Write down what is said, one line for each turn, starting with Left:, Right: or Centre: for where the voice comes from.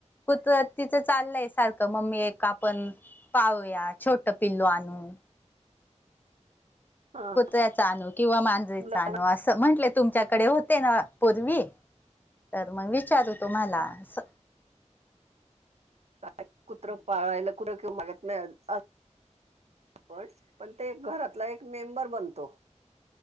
Left: कु तिचं चाललय सारखं मग मी <unintelligible> पण पाहूया छोट पिल्लू आणून
Right: हा
Left: कुत्र्याचा आणनू किंवा मांजरीचा
Right: मुलं-
Left: आणू असं म्हंटले तुमच्याकडे होते ना पूर्वी तर मग विचारू तुम्हाला अस
Right: काय कुत्रं
Left: हम्म.
Right: पाळायला कुत्र <unintelligible> कि मागत नाही पण पण ते घरातला एक मेंबर बनतो